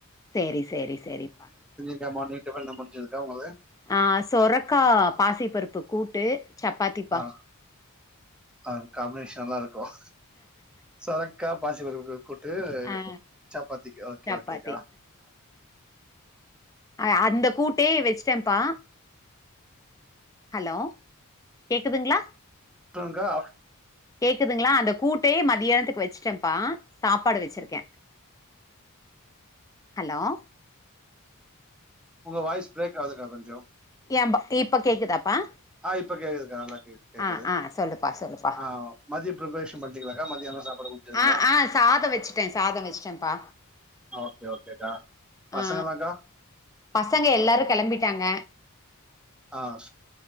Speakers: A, on the left; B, in the centre.
A: செரி செரி செரிப்பா
B: இப்பதான் மார்னிங் டிபன்லாம் முடிஞ்சுதுக்கா உங்களுக்கு
A: ஆஹ் சொரக்கா பாசி பருப்பு கூட்டு சப்பாத்திப்பா
B: ஆஹ் ஆஹ்காம்பினேஷன் நல்லா இருக்கும் சொரக்கா பாசி பருப்பு கூட்டு
A: ஆ
B: சப்பாத்திக்கு ஓகே
A: சப்பாத்தி
B: ஓகேக்கா
A: ஆஹ அந்த கூட்டே வச்சுட்டேன்ப்பா ஹலோ கேக்குதுங்களா
B: <unintelligible>
A: கேக்குதுங்களா அந்த கூட்டே மதியானத்துக்கு வச்சுட்டேன்ப்பா சாப்பாடு வச்சிருக்கேன் ஹலோ
B: உங்க வாய்ஸ் பிரேக் ஆகுதுக்கா கொஞ்சம்
A: என் பா இப்ப கேக்குதாப்பா
B: ஆஹ் இப்ப கேக்குதுக்கா நல்ல கேக்குது
A: ஆ ஆ சொல்லுப்பா சொல்லுப்பா
B: ஆஹ் மதியம் பிப்ரேஷன் பண்ணிட்டீங்களகா மதியம் என்ன சாப்பாடு ங்களா
A: ஆ ஆ சாதோ வச்சுட்டே சாதோ வச்சுட்டேன்ப்பா
B: ஓகே ஓகேக்கா பசங்களாகா
A: ஆ பசங்க எல்லாரும் கிளம்பிட்டாங்க
B: ஆஹ்